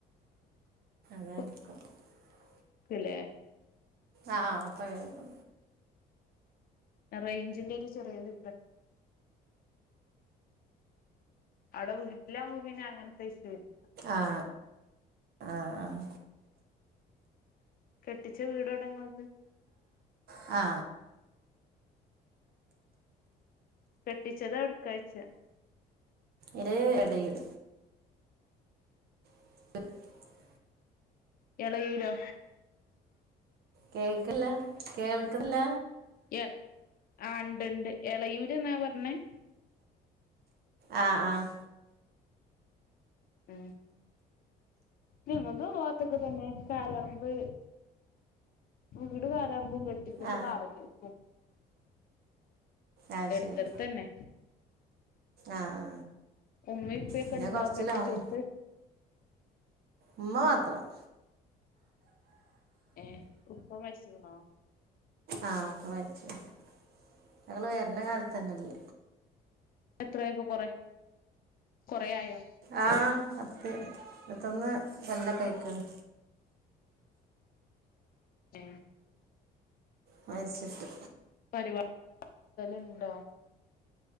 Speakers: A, on the left; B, on the right.
A: ഉം
B: <inaudible>
A: കേൾക്കണില്ലേ
B: ആഹ് ഇപ്പ കേക്കാ
A: റേഞ്ചിന്റെ ഒര് ചെറിയ ഒര് പ്ര അവിടെ വീട്ടിലാകുമ്പോ പിന്നെ അങ്ങനത്തെ ഇഷ്യൂ ഇല്ല
B: ആഹ് ആഹ്
A: കെട്ടിച്ച വീട് എവിടാ നിങ്ങൾക്?
B: ആ
A: കെട്ടിച്ചത് എവിടെക്കായ്ച്ച
B: ഇര് ഇടയിൽ <inaudible>
A: എളയൂരാ
B: കേക്കില്ല കേൾക്കുന്നില്ല
A: യ ആ ഇണ്ട് ഇണ്ട് എളയൂര്ന്നാ പറഞ്ഞെ?
B: ആഹ് ആഹ്
A: മ് ഞങ്ങക്കും ആഹ് ഭാഗത്തു ത്തന്നെ കാര്യാറമ്പ് വീട് കാര്യാറമ്പ് കേട്ട് ഇപ്പത്
B: ആ
A: കാവൽ നിക്കും
B: ആ
A: എടുത്തെടുത്ത
B: ശരി
A: ത്തന്നെ
B: ആ ആ
A: ഉമ്മേഉപ്പയൊക്കെ
B: എൻ്റെ
A: ഇണ്ടോ
B: കുറച്ച്
A: കെട്ടിച്ചയെടുത്ത്
B: ലോങ് ഉമ്മ മാത്രം
A: ഏ ഉപ്പ മരിച്ചുകുണോ?
B: ആഹ് ഉപ്പ മരിച്ചു പോയി ഞങ്ങള് വരണ കാലത്തിനുള്ളിൽ
A: എത്രയൊക്കെ കൊറേ കൊറേ ആയോ
B: ആഹ് പത്തു ഇരുപത്തൊന്നു കൊല്ലൊക്കെ ആയിക്കിണ്
A: മ്
B: മരിച്ചിട്ട്
A: പരിപാ ന്തേലും ണ്ടോ?